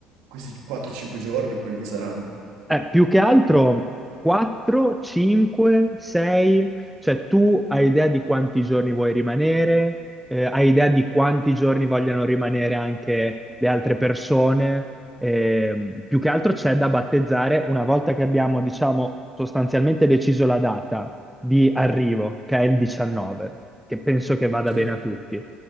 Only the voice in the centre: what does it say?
Eh, più che altro 4, 5, 6, cioè tu hai idea di quanti giorni vuoi rimanere, eh, hai idea di quanti giorni vogliono rimanere anche le altre persone. ehm, più che altro c'è da battezzare una volta che abbiamo, diciamo, sostanzialmente deciso la data di arrivo, che è il 19, che penso che vada
bene a tutti,